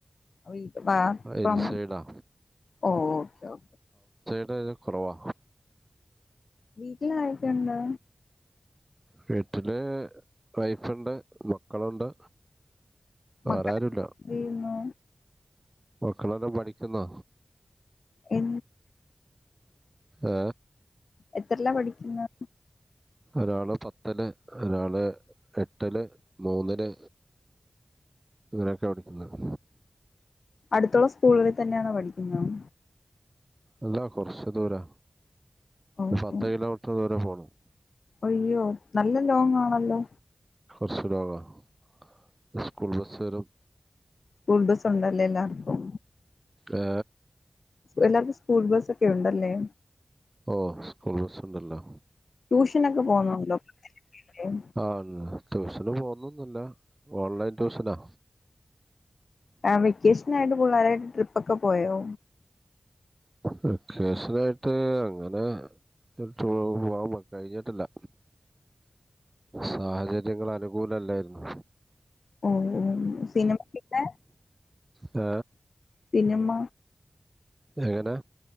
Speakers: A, on the left; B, on the right.
A: ഓയി ഫാ ഫം
B: ഇൻസൈഡാ
A: ഓ ഓക്കെ ഓ
B: അത് കുറവാ
A: വീട്ടില് ആരൊക്കെയുണ്ട്
B: വീട്ടില് വൈഫുണ്ട് മക്കളുണ്ട് വേറെ
A: മക്കളക്കെ
B: ആരുല്ല
A: എന്തെയ്യുന്നു
B: മക്കളെല്ലാം പഠിക്കുന്നാ
A: എ
B: ഏ
A: എത്രെലാ പഠിക്കുന്നെ
B: ഒരാള് പത്തില് ഒരാള് എട്ടില് മൂന്നില് ഇങ്ങനെയൊക്ക വിളിക്ക്ന്നത്
A: അടുത്തുള്ള സ്കൂളിൽ തന്നെയാണോ പഠിക്കുന്നത്
B: അല്ല കുറച്ച് ദൂരാ
A: ഓ
B: ഒരു പത്ത്
A: ഓ
B: കിലോമീറ്റർ ദൂരെ പോണം
A: അയ്യോ നല്ല ലോങ്ങാണല്ലോ
B: <unintelligible> സ്കൂൾ ബസ്സ് വരും
A: സ്കൂൾ ബസ്സ് ഉണ്ടല്ലേ എല്ലാർക്കും
B: ഏ
A: എല്ലാർക്കും സ്കൂൾ ബസ്സ് ഒക്കെ ഉണ്ടല്ലേ
B: ഓ സ്കൂൾ ബസ്സ് ഉണ്ടല്ലോ
A: ട്യൂഷനൊക്കെ പോവുന്നുണ്ടോ ഏ
B: ആ ട്യൂഷന് പോകുന്നൊന്നുല്ല ഓൺലൈൻ ട്യൂഷനാ
A: ആ വെക്കേഷനായിട്ട് പുള്ളേര് ട്രിപ്പൊക്കെ പോയോ
B: വെക്കേഷനായിട്ട് അങ്ങനെ <unintelligible> പോവാൻ കഴിഞ്ഞിട്ടില്ല സാഹചര്യങ്ങൾ അനുകൂലല്ലായിരുന്നു
A: ഓഓ സിനിമക്കിട്ടേ
B: ഏ
A: പിന്നെമ്മ
B: എങ്ങനെ